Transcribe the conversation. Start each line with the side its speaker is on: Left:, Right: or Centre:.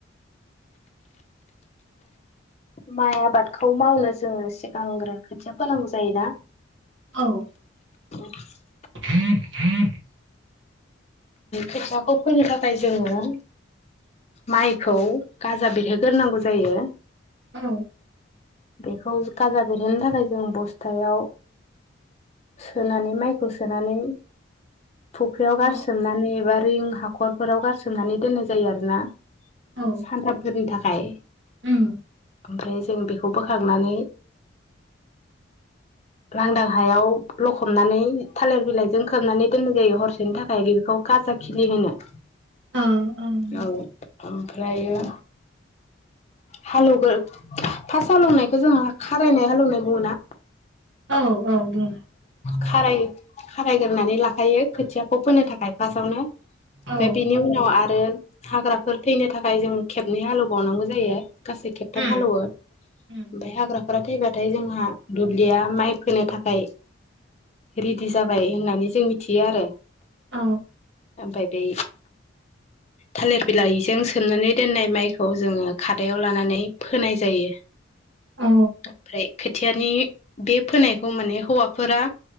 Left: माइ आबादखौ मावनो जोङो सिगांग्रो खोथिया फोनांगौ जायोना
Right: औ
Left: <unintelligible>
Right: <unintelligible>
Left: खोथियाखौ फोनो थाखाय जोङो माइखौ गाजा बेरहोग्रोनांगौ जायो
Right: औ
Left: बेखौ गाजा बिरहोनो थाखाय जों बस्थायाव सोनानै माइखौ सोनानै फुख्रियाव
Right: औ
Left: गारसो नानै एबा रिं हाखरफोराव गारसोमनानै दोननाय जायो आरो ना
Right: औ
Left: सानथामफोरनि थाखाय खाय
Right: उम
Left: ओमफ्राय जों बेखौ बोखांनानै लांदां हायाव लखबनानै थालिर बिलाइजों खोबनानै दोननाय जायो हरसेनि थाख खाय बेखौ खाजा खिलि होनो
Right: ओ ओं ना
Left: औ ओमफ्रायो हालौगो फास्ट हालौवनायखौ जोंहा खारायनाय हालेवनाय बुङोना
Right: औ औ बुङो
Left: खाराय खारायग्रोनानै लाखायो खोथियाखौ फोनो थाखाय फास्थआवनो ओमफाय
Right: औ
Left: बिनि उनाव आरो हाग्राफोर थैनो थाखाय जों खेबनै हालेवबावनांगौ जायो गासै खेबथाम
Right: उम
Left: हालेवो ओमफ्राय
Right: उम
Left: हाग्रा फोरा थैबाथाय जोंहा दुब्लिया माइ फोनो थाखाय रेडि जाबाय होननानै जों मिथियो आरो
Right: औ
Left: ओमफाय दै थालिर बिलाइजों सोमनानै दोननाय माइखौ जोङो खादायाव लानानै फोनाय जायो
Right: औ
Left: ओमफ्राय खोथियानि बे फोनायखौ माने हौवाफोरा